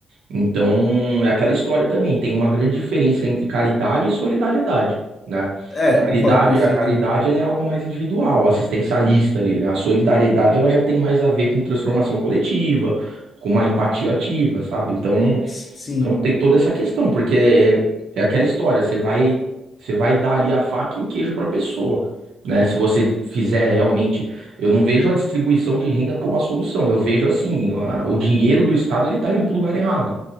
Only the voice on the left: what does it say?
É,
eu concordo com isso
aí também.
S- Sim,